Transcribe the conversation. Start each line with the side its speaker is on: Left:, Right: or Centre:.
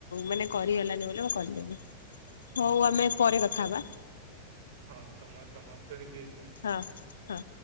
Right: ଓହୋ
Left: ମାନେ
Right: ହଁ
Left: କରିହଲାନି ବୋଲି ବା ମୁଁ କରି ହଉଁ ଆମେ ପରେ କଥା ହବା।
Right: ହଁ ସମୟ ସମାପ୍ତ ହେଇଯାଇଛି।
Left: ହଁ ହଁ।